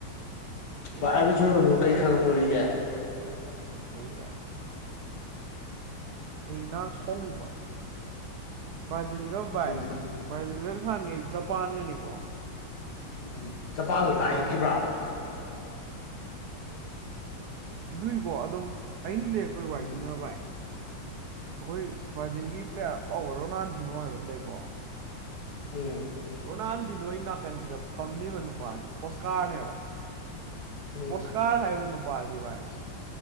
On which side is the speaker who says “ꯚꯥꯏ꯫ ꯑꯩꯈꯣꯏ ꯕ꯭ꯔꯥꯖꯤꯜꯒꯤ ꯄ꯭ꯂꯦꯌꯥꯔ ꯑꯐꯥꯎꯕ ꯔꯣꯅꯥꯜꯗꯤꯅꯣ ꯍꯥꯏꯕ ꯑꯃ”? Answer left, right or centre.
Right